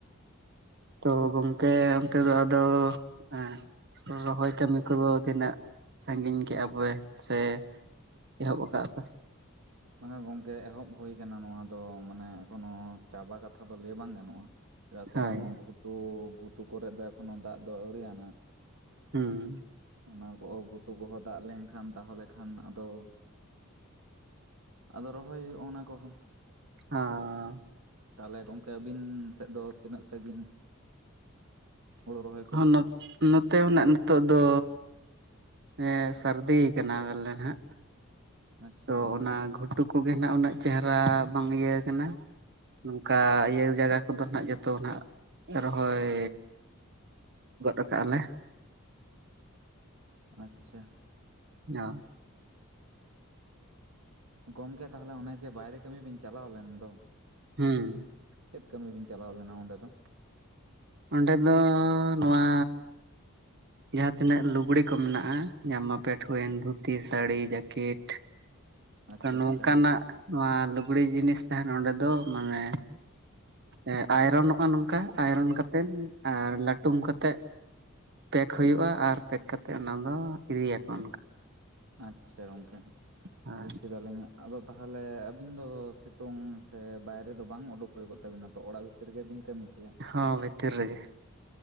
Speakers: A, on the right; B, on the right.
A: ᱛᱚ ᱜᱚᱝᱠᱮ ᱚᱱᱛᱮ ᱫᱚ ᱟᱫᱚ ᱦᱮᱸ ᱨᱚᱦᱚᱭ ᱠᱟᱹᱢᱤ ᱠᱚᱫᱚ ᱛᱤᱱᱟᱹᱜ ᱥᱟᱺᱜᱤᱧ ᱠᱮᱜᱼᱟ ᱯᱮ ᱥᱮ ᱮᱦᱚᱵ ᱠᱟᱜᱼᱟ ᱯᱮ
B: ᱵᱟᱝᱟ ᱜᱚᱝᱠᱮ ᱮᱦᱚᱵ ᱦᱩᱭ ᱠᱟᱱᱟ᱾ ᱱᱚᱣᱟ ᱫᱚ ᱢᱟᱱᱮ ᱮᱱᱳ ᱪᱟᱵᱟ ᱠᱟᱛᱷᱟ ᱫᱚ ᱞᱟᱹᱭ ᱵᱟᱝ ᱜᱟᱱᱚᱜᱼᱟ᱾ ᱪᱮᱫᱟᱜ ᱥᱮ
A: ᱦᱳᱭ
B: ᱮᱠᱷᱱᱳ ᱜᱷᱩᱴᱩ ᱜᱷᱩᱴᱩ ᱠᱚᱨᱮ ᱫᱚ ᱮᱠᱷᱚᱱᱳ ᱫᱟᱜ ᱫᱚ ᱟᱹᱣᱨᱤᱟᱱᱟ
A: ᱦᱩᱸ
B: ᱚᱱᱟ ᱠᱚᱸ ᱜᱷᱩᱴᱩ ᱠᱚᱦᱚᱸ ᱫᱟᱜ ᱞᱮᱱᱠᱷᱟᱱ ᱛᱟᱦᱚᱞᱮ ᱠᱷᱟᱱ ᱟᱫᱚ ᱟᱫᱚ ᱨᱚᱦᱚᱭ ᱦᱩᱭᱩᱜᱼᱟ᱾ ᱚᱱᱟ ᱠᱚᱦᱚᱸ
A: ᱟᱸᱸ
B: ᱛᱟᱦᱚᱞᱮ ᱜᱚᱢᱠᱮ ᱟᱹᱵᱤᱱ ᱥᱮᱜ ᱫᱚ ᱛᱤᱱᱟᱹᱜ ᱥᱟᱺᱜᱤᱧ? ᱦᱳᱲᱳ ᱨᱚᱦᱚᱭ ᱠᱚ
A: <unintelligible> ᱱᱚᱛᱮ ᱦᱚᱸᱱᱟᱜ ᱱᱤᱛᱚᱜ ᱫᱚ ᱮ ᱥᱟᱹᱨᱫᱤ ᱠᱟᱱᱟ ᱵᱟᱞᱮ ᱱᱟᱦᱟᱜ᱾
B: ᱟᱪᱪᱷᱟ
A: ᱛᱚ ᱚᱱᱟ ᱜᱷᱩᱴᱩ ᱠᱚᱜᱮ ᱦᱟᱸᱜ ᱩᱱᱟᱹᱜ ᱪᱮᱦᱨᱟ ᱵᱟᱝ ᱤᱭᱟᱹ ᱠᱟᱱᱟ᱾ ᱱᱚᱝᱠᱟ ᱤᱭᱟᱹ ᱡᱟᱭᱜᱟ ᱠᱚᱫᱚ ᱦᱟᱸᱜ ᱡᱚᱛᱚ ᱦᱟᱸᱜ ᱨᱚᱦᱚᱭ ᱜᱚᱫ ᱠᱟᱜᱼᱟ ᱞᱮ,
B: ᱟᱪᱪᱷᱟ᱾
A: ᱚᱻ
B: ᱜᱚᱢᱠᱮ ᱛᱟᱦᱚᱞᱮ ᱚᱱᱮ ᱡᱮ ᱵᱟᱭᱨᱮ ᱠᱟᱹᱢᱤ ᱵᱤᱱ ᱪᱟᱞᱟᱣ ᱞᱮᱱ ᱫᱚ,
A: ᱦᱩᱸ
B: ᱪᱮᱫ ᱠᱟᱹᱢᱤᱵᱤᱱ ᱪᱟᱞᱟᱣ ᱞᱮᱱᱟ ᱚᱸᱰᱮ ᱫᱚ?
A: ᱚᱸᱰᱮ ᱫᱚ ᱱᱚᱣᱟᱻ ᱡᱟᱦᱟᱸ ᱛᱤᱱᱟᱹᱜ ᱞᱩᱜᱽᱲᱤ ᱠᱚ ᱢᱮᱱᱟᱜᱼᱟ, ᱡᱟᱢᱟ ᱯᱮᱴ ᱦᱩᱭᱮᱱ ᱫᱷᱩᱛᱤ ᱥᱟᱹᱲᱤ ᱡᱟᱱᱮᱴ,
B: ᱟᱪᱪᱷᱟ
A: ᱛᱚ ᱱᱚᱝᱠᱟᱱᱟᱜ
B: ᱟᱪᱪᱷᱟ ᱜᱚᱢ
A: ᱱᱚᱣᱟ ᱞᱩᱜᱽᱲᱤᱡ ᱡᱤᱱᱤᱥ ᱛᱟᱦᱮᱱ ᱚᱸᱰᱮ ᱫᱚ ᱢᱟᱱᱮ ᱦᱮᱸ ᱟᱭᱨᱚᱱᱚᱜᱼᱟ ᱱᱚᱝᱠᱟ ᱟᱭᱨᱚᱱ ᱠᱟᱛᱮᱫ ᱟᱨ ᱞᱟᱹᱴᱩᱢ ᱠᱟᱛᱮᱜ, ᱯᱮᱠ ᱦᱩᱭᱩᱜᱼᱟ ᱟᱨ ᱯᱮᱠ ᱠᱟᱛᱮᱜ ᱚᱱᱟ ᱫᱚ ᱤᱫᱤᱭᱟᱠᱚ ᱚᱱᱠᱟ,
B: ᱟᱪᱪᱷᱟ, ᱜᱚᱝᱠᱮ ᱦᱚᱸ
A: ᱦᱳᱭ
B: ᱵᱩᱡᱽ ᱠᱮᱫᱟᱞᱤᱧ, ᱟᱫᱚ ᱛᱟᱦᱚᱞᱮ ᱟᱹᱵᱤᱱ ᱫᱚ ᱥᱤᱛᱩᱝ ᱥᱮ ᱵᱟᱭᱨᱮ ᱫᱚ ᱵᱟᱝ ᱩᱰᱩᱠ ᱦᱩᱭ ᱠᱚᱜ ᱛᱟᱹᱵᱤᱱᱟ ᱛᱚ ᱚᱲᱟᱜ ᱵᱷᱤᱛ ᱵᱷᱤᱛ ᱨᱮᱜᱮᱵᱤᱱ ᱠᱟᱹᱢᱤ ᱠᱮᱭᱟ?
A: ᱦᱚᱸ ᱵᱷᱤᱛᱤᱨ ᱨᱮᱜᱮ,